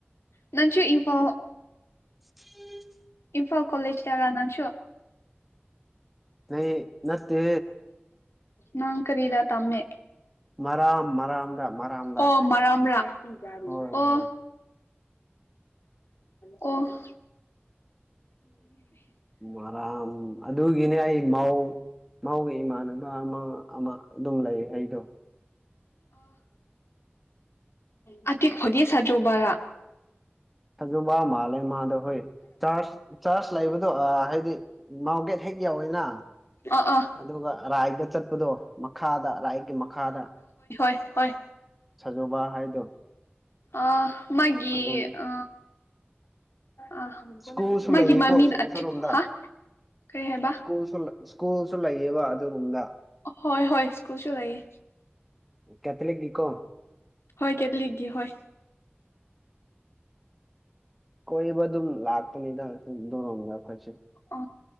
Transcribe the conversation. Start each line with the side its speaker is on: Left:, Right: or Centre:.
Left: ꯅꯟꯁꯨꯨ ꯏꯄꯥꯎ
Centre: ꯎꯝ
Left: ꯏꯝꯐꯥꯜ ꯀꯣꯂꯦꯖ ꯇꯔꯥ ꯅꯁꯨꯣ
Centre: ꯑꯩ ꯅꯠꯇꯦ
Left: ꯅꯪ ꯀꯔꯤꯗ ꯇꯃꯦ
Centre: ꯃꯔꯥꯝ ꯃꯔꯥꯝꯗ ꯃꯔꯥꯝꯗ
Left: ꯑꯣ ꯃꯔꯥꯝ ꯃꯔꯥꯝꯔ
Centre: ꯍꯣꯏ
Left: ꯑꯣ
Centre: ꯍꯣꯏ
Left: ꯑꯣ
Centre: ꯃꯔꯥꯝ ꯑꯗꯨꯒꯤꯅꯦ ꯑꯩ ꯃꯧ ꯃꯥꯎꯒꯤ ꯏꯃꯥꯟꯅꯕ ꯑꯃ ꯑꯃ ꯑꯗꯨꯝ ꯂꯩ ꯑꯩꯗꯣ
Left: ꯑꯣ ꯈꯣꯗꯤ ꯁꯥꯖꯣꯕꯥꯔꯥ
Centre: ꯍꯖꯕ ꯃꯥꯂꯦ ꯃꯥꯗ ꯍꯣꯏ ꯆꯥꯔꯖ ꯆꯥꯔꯖ ꯂꯩꯕꯗꯣ ꯍꯥꯏꯗꯤ ꯃꯥꯎꯒꯦꯠ ꯍꯦꯛ ꯌꯥꯎꯋꯦꯅ
Left: ꯑꯥ ꯑꯥ
Centre: ꯑꯗꯨꯒ ꯔꯥꯏꯗ ꯆꯠꯄꯗꯣ ꯃꯈꯥꯗ ꯔꯥꯏꯠꯀꯤ ꯃꯈꯥꯗ
Left: ꯑꯣꯏꯣꯏ
Centre: ꯁꯖꯣꯕꯥ ꯍꯥꯏꯗꯣ
Left: ꯑ ꯃꯥꯒꯤ
Centre: ꯑꯗꯨꯝ
Left: ꯑ ꯑ
Centre: ꯁ꯭ꯀꯨꯜꯁꯨ
Left: ꯃꯥꯒꯤ
Centre: ꯂꯩꯌꯦꯀꯣ
Left: ꯃꯃꯤ ꯑꯊꯈꯣ
Centre: ꯁꯣꯔꯣꯝꯗ
Left: ꯍꯥ ꯀꯩ ꯍꯥꯏꯕ
Centre: ꯁ꯭ꯀꯨꯜꯁꯨ ꯁ꯭ꯀꯨꯜꯁꯨ ꯂꯩꯌꯦꯕ ꯑꯗꯨꯗꯔꯒ
Left: ꯍꯣꯏ ꯍꯣꯏ ꯁ꯭ꯀꯨꯜꯁꯨ ꯂꯩꯌꯦ
Centre: ꯀꯦꯊꯂꯛ ꯀꯣ
Left: ꯍꯣꯏ ꯀꯦꯠꯂꯤꯛꯒꯤ ꯍꯣꯏ
Centre: ꯀꯣꯏꯕꯗꯨ ꯂꯥꯛꯇ ꯅꯗ ꯑꯗꯨ ꯗꯔꯝ ꯂꯈꯣꯏꯁꯤ
Left: ꯑ